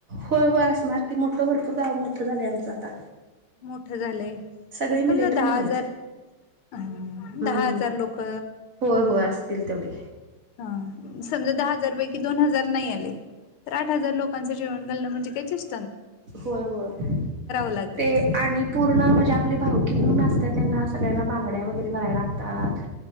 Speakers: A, on the right; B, on the left.
A: होय-होय असणार की, मोठ भरपूर गाव मोठं झालंय आमचं आता.
B: मोठं झालंय
A: सगळे
B: समजा
A: मिलिटरी
B: दहा
A: म्हण
B: हजार
A: आहेत.
B: अं,
A: हम्म
B: दहा हजार लोक
A: होय होय असतील तेवढी.
B: हा समजा दहा हजारपैकी दोन हजार नाही आले तर आठ हजार लोकांच जेवण घालण म्हणजे कैचीश
A: होय होय
B: लागत
A: ते
B: असेल
A: आणि पूर्ण म्हणजे आपली भावकी म्हणून असते त्यांना सगळ्यांना बांगड्या वगैरे भराय लागतात